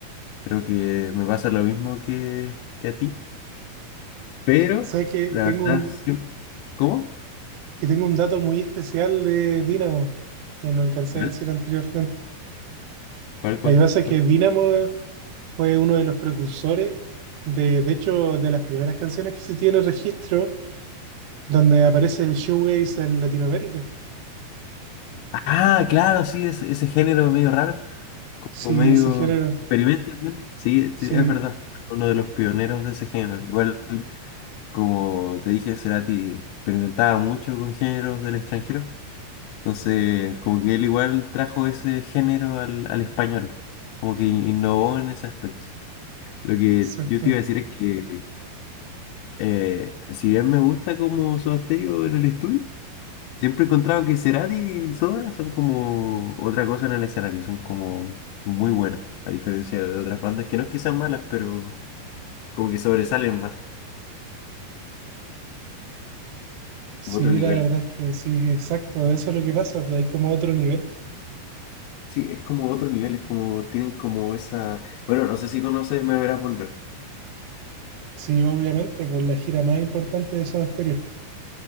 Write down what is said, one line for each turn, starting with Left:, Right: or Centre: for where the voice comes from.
Left: Creo que me pasa lo mismo que, que a ti, pero
Right: ¿Sabes que
Left: la
Right: tengo
Left: verdad,
Right: un,
Left: sí- ¿Cómo?
Right: que tengo un dato muy especial de Dynamo que no alcancé
Left: ¿Cuál?
Right: a decir anteriormente?
Left: ¿Cuál? ¿Cuál?
Right: Lo que pasa es
Left: cuál?
Right: que Dynamo fue uno de los precursores de, de hecho, de las primeras canciones que se tiene registro donde aparece el showcase en Latinoamérica.
Left: Ah, claro, sí, ese, ese género medio raro
Right: Sí,
Left: o medio
Right: ese género.
Left: experimental. ¿no? Sí,
Right: Sí,
Left: sí, es verdad. Uno de los pioneros de ese género. Igual, como te dije, Cerati experimentaba mucho con géneros del extranjero. Entonces, como que él igual trajo ese género al, al español, como que innovó en ese aspecto. Lo que
Right: exacto.
Left: yo te iba a decir es que, eh, si bien me gusta como Soda Stereo en el estudio, siempre he encontrado que Cerati y Soda son como otra cosa en el escenario, son como muy buenos, a diferencia de otras bandas que no es que sean malas, pero como que sobresalen más,
Right: Sí,
Left: como otro nivel.
Right: la verdad es que sí, exacto. Eso es lo que pasa. pues, Hay como otro nivel.
Left: Sí, es como otro nivel, es como, tienen como esa, bueno, no sé si conoces Me Verás Volver.
Right: Sí, obviamente, por la gira más importante de Soda Stereo.